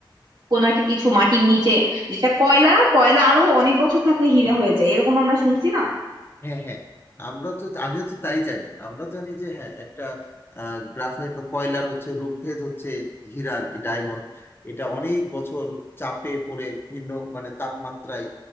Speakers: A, on the right; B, on the left.
A: কোনো একটা কিছু মাটির নিচে যেটা কয়লা কয়লা আরো অনেক বছর থাকলে হীরা হয়ে যায় এরকম আমরা শুনছি না
B: হ্যাঁ হ্যাঁ আমরা তো আমিও তো তাই জানি আমরা জানি যে হ্যাঁ একটা গ্রাফাইট বা কয়লার হচ্ছে রূপভেদ হচ্ছে হীরা আর কি ডায়মন্ড এটা অনেক বছর চাপে পড়ে ভিন্ন মানে তাপমাত্রায়